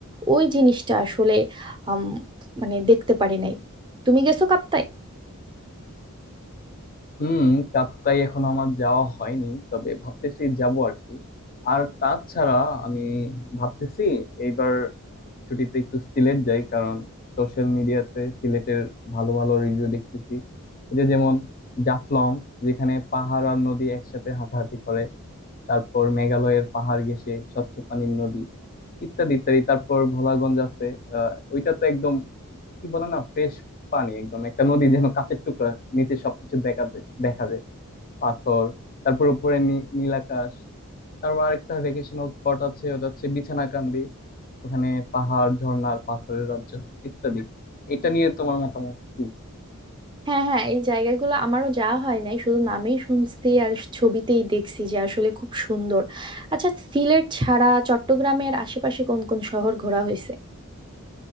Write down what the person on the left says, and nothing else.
হুম কাপ্তাই এখন আমার যাওয়া হয়নি তবে ভাবতেছি যাব আর কি আর তাছাড়া আমি ভাবতেছি এইবার ছুটিতে একটু সিলেট যাই কারণ সোশ্যাল মিডিয়াতে সিলেটের ভালো ভালো রিভিউ দেখতেছি এই যে যেমন জাফলং যেখানে পাহাড় আর নদী একসাথে হাতাহাতি করে তারপর মেঘালয়ের পাহাড় ঘেঁষে স্বচ্ছ পানির নদী ইত্যাদি ইত্যাদি তারপর ভোলাগঞ্জ আছে আহ ওইটা তো একদম কি বলে না ফ্রেশ পানি একদম একটা নদী যেন কাচের টুকরা নিচে সবকিছু দেখা যায় দেখা যায় পাথর তারপর উপরে নী- নীল আকাশ তারপর আরেকটা ভেকেশনাল স্পট আছে ওটা হচ্ছে বিছানাকান্দি ওখানে পাহাড় ঝর্ণার পাথরের রাজ্য ইত্যাদি এটা নিয়ে তোমার মতামত কি